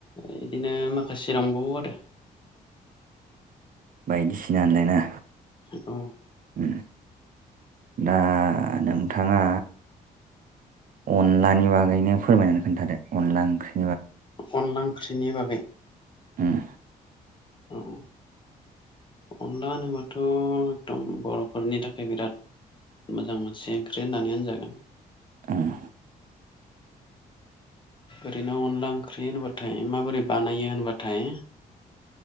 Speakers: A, on the left (about 30°); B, on the right (about 60°).
A: बिदिनो माखासे दंबावो आरो।
B: बायदिसिना <unintelligible>
A: औ
B: उम दा नोंथाङा अनलानि बागैनो फोरमायनानै खोनथादो अनला ओंख्रि
A: अनला ओंख्रिनि बागै
B: ओम
A: औ अनला होनोबाथ' एकदम बर'फोरनि थाखाय बिराद मोजां मोनसे ओंख्रि होननानै होनजागोन
B: उम
A: ओरैनो अनला ओंख्रि होनबाथाय माबोरै बानायो होनबाथाय